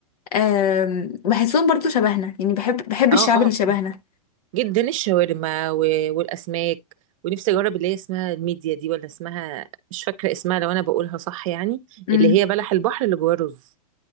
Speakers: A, on the left; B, on the right.
A: آم، بحسهم برضو شبهنا يعني بحب بحب الشعب
B: اه
A: اللي
B: اه
A: شبهنا
B: آه. جدا الشاورما و- والاسماك ونفسي اجرب اللي هي اسمها الميديا دي ولا اسمها مش فاكره اسمها لو انا بقولها صح يعني
A: امم
B: اللي هي بلح البحر اللي جواه رز